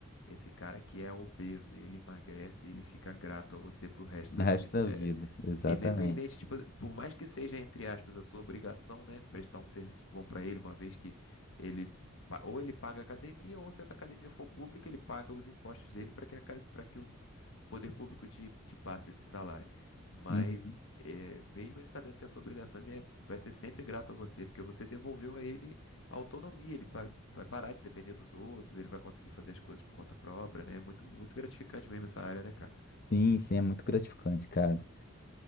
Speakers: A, on the left; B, on the left.
A: esse cara que é obeso, ele emagrece e ele fica grato a você pro resto
B: no
A: da
B: resto
A: vida.
B: da
A: É,
B: vida, exatamente.
A: independente, tipo, por mais que seja, entre aspas, a sua obrigação, né? Prestar um serviço bom pra ele, uma vez que ele, pa- ou ele paga a academia, ou se essa academia for pública, ele paga os impostos dele para que, a ca- pra que o poder público te, te passe esse salário. Mas,
B: Uhum.
A: é, mesmo ele sabendo que a sua obrigação, ele é- vai ser sempre grato a você, porque você devolveu a ele a autonomia, ele pa- vai parar de depender dos outros, ele vai conseguir fazer as coisas por conta própria, né? É muito, muito gratificante mesmo essa área, né, cara?
B: Sim, sim, é muito gratificante, cara.